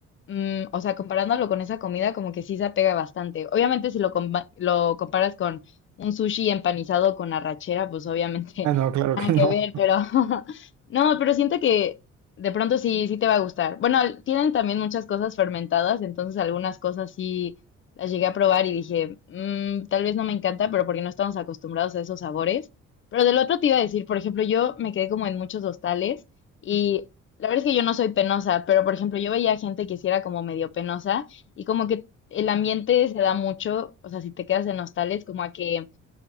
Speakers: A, on the left (about 40°); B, on the right (about 70°).
A: mm, o sea, comparándolo con esa comida, como que sí se apega bastante. Obviamente si lo, compa- lo comparas con un sushi empanizado con arrachera, pues obviamente
B: Ah, no, claro
A: <laughs> nada
B: que no.
A: que ver, pero <laughs> no, pero siento que de pronto sí, sí te va a gustar. Bueno, tienen también muchas cosas fermentadas, entonces algunas cosas sí las llegué a probar y dije, "Mm, tal vez no me encanta, pero porque no estamos acostumbrados a esos sabores. Pero del otro te iba a decir, por ejemplo, yo me quedé como en muchos hostales y la verdad es que yo no soy penosa, pero por ejemplo, yo veía gente que sí era como medio penosa y como que el ambiente se da mucho, o sea, si te quedas en hostales, como a que